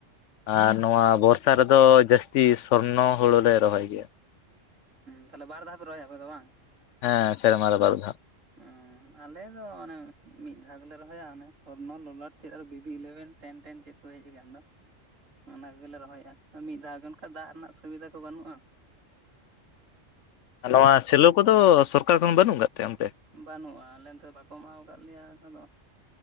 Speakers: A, on the left (about 75°); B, on the right (about 85°).
A: ᱟᱨ ᱱᱚᱣᱟ ᱵᱚᱨᱥᱟ ᱨᱮᱫᱚ ᱡᱟᱹᱥᱛᱤ ᱥᱚᱨᱱᱚ ᱦᱩᱲᱩ ᱞᱮ ᱨᱚᱦᱚᱭ ᱜᱮᱭᱟ᱾
B: ᱛᱟᱦᱚᱞᱮ ᱵᱟᱨ ᱫᱷᱟᱣ ᱯᱮ ᱨᱚᱦᱚᱭᱟ ᱟᱯᱮ ᱫᱚ ᱵᱟᱝ?
A: ᱦᱮᱸ ᱥᱮᱨᱢᱮ ᱨᱮ ᱵᱟᱨ ᱫᱷᱟᱣ᱾
B: ᱦᱩᱸ ᱟᱞᱮ ᱫᱚ ᱚᱱᱮ ᱢᱤᱫ ᱫᱷᱟᱣ ᱜᱮᱞᱮ ᱨᱚᱦᱚᱭᱟ ᱚᱱᱮ ᱥᱚᱨᱱᱚ ᱞᱚᱞᱚᱴ ᱪᱮᱫ ᱟᱨ ᱵᱤᱵᱤ ᱤᱞᱮᱵᱷᱮᱱ ᱴᱮᱱ, ᱴᱮᱱ, ᱪᱮᱫ ᱠᱚᱩᱨᱮᱡ ᱟᱠᱟᱱ ᱫᱚ ᱚᱱᱟ ᱠᱚᱜᱮᱞᱮ ᱨᱚᱦᱚᱭᱟ ᱢᱤᱫ ᱫᱷᱟᱣ ᱜᱮ ᱚᱱᱠᱟ ᱫᱟᱜ ᱨᱮᱱᱟᱜ ᱥᱩᱵᱤᱫᱟ ᱠᱚ ᱵᱟᱹᱱᱩᱜᱼᱟ᱾
A: ᱟᱨ ᱱᱚᱣᱟ ᱥᱮᱞᱚ ᱠᱚᱫᱚ ᱥᱚᱨᱠᱟᱨ ᱠᱷᱚᱱ ᱵᱟᱹᱱᱩᱜ ᱟᱠᱟᱫ ᱛᱟᱭᱟ ᱚᱱᱛᱮ
B: ᱵᱟᱹᱱᱩᱜᱼᱟ ᱟᱞᱮ ᱱᱛᱮᱫ ᱵᱟᱠᱚ ᱮᱢᱟᱣ ᱟᱠᱟᱫ ᱞᱮᱭᱟ ᱟ ᱟᱫᱚ᱾